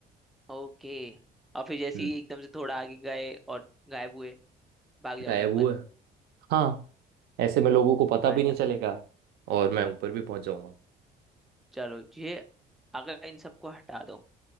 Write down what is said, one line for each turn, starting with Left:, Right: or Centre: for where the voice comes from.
Centre: ओके और फिर जैसे
Right: हम्म
Centre: ही एकदम से थोड़ा आगे गए और गायब हुए भाग जाओगे
Right: गायब
Centre: ऊपर
Right: हुआ है। हाँ ऐसे में लोगों को पता
Centre: बढ़िया
Right: भी नहीं चलेगा और मैं ऊपर भी पहुंच जाऊंगा
Centre: चलो ये अगर इन सबको हटा दो